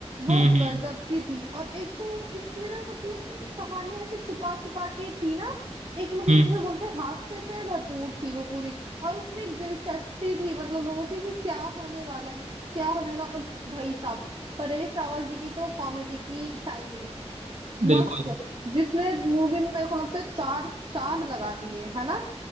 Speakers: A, on the right (about 50°); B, on the right (about 85°).
A: वो
B: हम्म
A: गजब की थी और एक तो इसमें ना मतलब कहानियां ऐसे छुपा छुपा के थी ना एक मतलब
B: हम्म,
A: जैसे बोलते हैं हास्य से भरपूर थी वो पूरी और उसमें एक दिलचस्पी थी मतलब लोगों की कि क्या होने वाला है क्या होने वाला और भाई साहब परेश रावल जी की तो कॉमेडी की टाइमिंग
B: बिल्कुल
A: मस्त जिसने मूवी में मेरे को लगता है चार चांद लगा दिए है ना